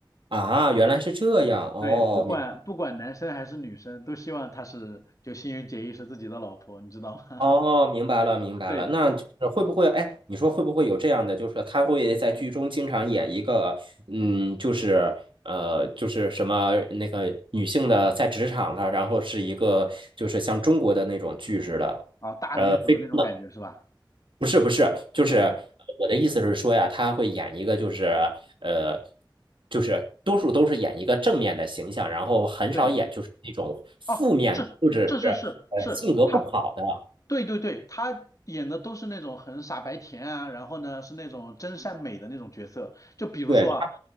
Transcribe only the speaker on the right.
啊，原来是这样哦，
明
哦明白了明白了。
那就是会不会哎，你说会不会有这样的，就是他会在剧中经常演一个嗯，就是呃，就是什么那个女性的在职场的，然后是一个就是像中国的那种剧似的。
呃，非常不是不是，就是呃我的意思是说呀，
他会演一个就是呃，就是多数都是演一个正面的形象，然后很少演就是那种负面或者是
呃性格不好的。
对，他